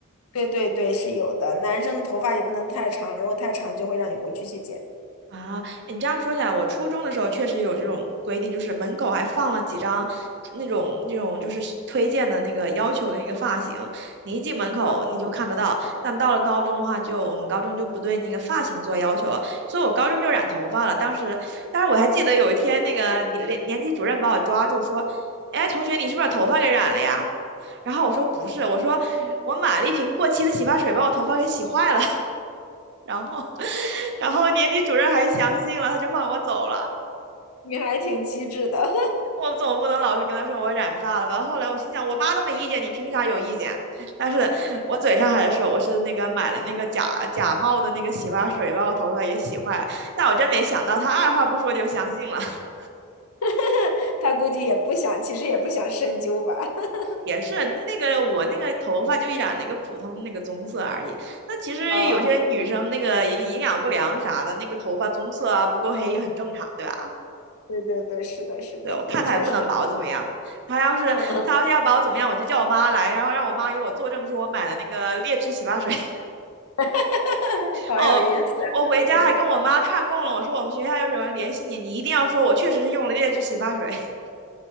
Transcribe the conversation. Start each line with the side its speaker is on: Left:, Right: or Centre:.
Left: 对对对是有的。男生的头发也不能太长，如果太长就会让你回去去剪。
Right: 啊，你这样说起来，我初中的时候确实有这种规定，就是门口还放了几张那种那种就是推荐的那个要求的那个发型，你一进门口你就看得到。
Left: 嗯，
Right: 但到了高中的话就，我们高中就不对那个发型做要求了，所以我高中就染头发了。当时，但是我还记得有一天那个年年年级主任把我抓住说：“哎，同学，你是不是把头发给染了呀？”然后我说：“不是，我说我买了一瓶过期的洗发水，把我头发给洗坏了。”然后。然后年级主任还相信了，他就放我走了。
Left: 你还挺机智的。<laughs>
Right: 我总不能老是跟他说我染发了吧？后来我心想，我妈都没意见，你凭啥有意见？但是我嘴上还是说我是那个买了那个假假冒的那个洗发水，把我头发也洗坏了。但我真没想到，他二话不说就相信了。<laughs>
Left: <laughs> 他估计也不想，其实也不想深究吧。<laughs>
Right: 也是那个我那个头发就染了一个普通的那个棕色而已。那其实有些女生那个营养不良啥的，
Left: 啊啊，啊
Right: 那个头发棕色啊不够黑也很正常，对吧？
Left: 对对对，是的，是的，
Right: 对我看他也不能把我怎么样。
Left: 确实是，
Right: 他要是他要是要把我怎么样，
Left: 嗯嗯，
Right: 我就叫我妈来，然后让我妈给我作证，说我买了那个劣质洗发水。<laughs>
Left: <laughs> 好有意思啊，
Right: 哦，我回家还跟我妈串供了，
Left: 我的天呐
Right: 我说我们学校要是有人联系你，你一定要说我确实是用了劣质洗发水。<laughs>